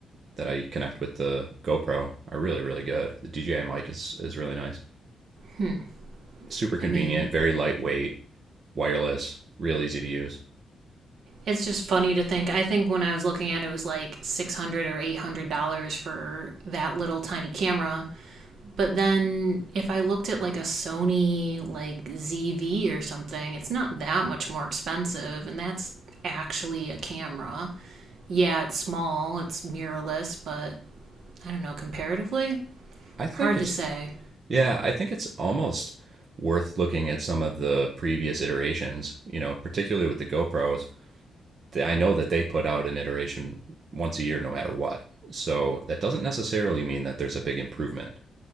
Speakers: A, on the right; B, on the right.
A: that i connect with the gopro are really really good the dji mic is, is really nice
B: Hmm.
A: super convenient
B: I mean,
A: very lightweight wireless real easy to use
B: it's just funny to think. I think when I was looking at it, it was like 600 or $800 for that little tiny camera But then if I looked at like a Sony like ZV or something, it's not that much more expensive and that's actually a camera. Yeah, it's small, it's mirrorless, but I don't know, comparatively,
A: i think
B: hard
A: it's
B: to say.
A: yeah i think it's almost worth looking at some of the previous iterations you know particularly with the gopros I know that they put out an iteration once a year, no matter what. So that doesn't necessarily mean that there's a big improvement.